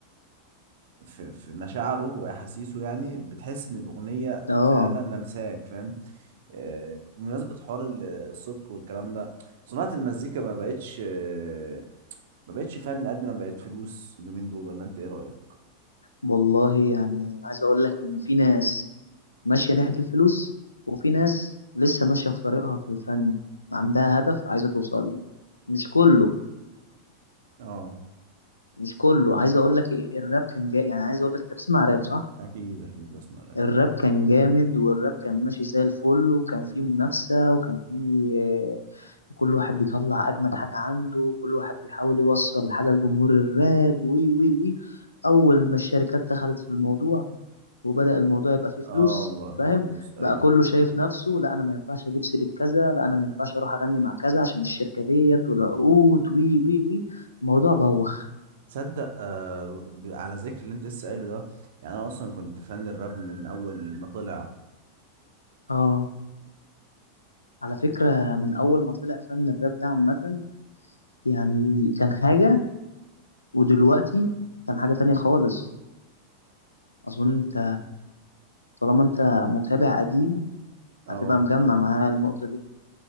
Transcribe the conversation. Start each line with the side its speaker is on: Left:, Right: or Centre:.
Right: في في مشاعره واحاسيسه يعني بتحس ان الاغنيه
Left: آه
Right: فعلا لمساك فاهم آه، بمناسبه حوار ال- الصدق والكلام ده صناعه المزيكا ما بقتش آه، ما بقتش فن قد ما بقت فلوس اليومين دول ولا انت ايه رايك
Left: والله يعني عايز أقول لك إن في ناس ماشية ناحية الفلوس وفي ناس لسه ماشية في طريقها في الفن عندها هدف عايزة توصل له مش كله
Right: اه
Left: مش كله عايز أقول لك إيه، الراب كان جاي يعني عايز أقول لك أنت بتسمع راب صح؟
Right: اكيد اكيد بسمع راب
Left: الراب كان جامد والراب كان ماشي زي الفل وكان فيه منافسة وكان فيه كل واحد بيطلع اجمد حاجه عنده كل واحد بيحاول يوصل حاجه لجمهور الراب وي وي وي اول ما الشركات دخلت في الموضوع وبدأ الموضوع يبقى فيه فلوس
Right: اه بقى في
Left: فاهم
Right: فلوس ايوه
Left: بقى كله
Right: ايوه
Left: شايف نفسه لا انا ما ينفعش اجيب سيره كذا لا انا ما ينفعش اروح اغني مع كذا عشان الشركه ديت والعقود وي وي وي الموضوع بوخ
Right: تصدق آه ب- على ذكر اللي انت لسه قايله ده يعني انا اصلا كنت فان الراب من اول ما طلع
Left: اه على فكره من اول ما طلع فن الراب ده عامه يعني كان حاجه ودلوقتي كان حاجه تانية خالص اظن انت طالما انت متابع قديم
Right: اه
Left: هتبقى مجمع معايا النقطة دي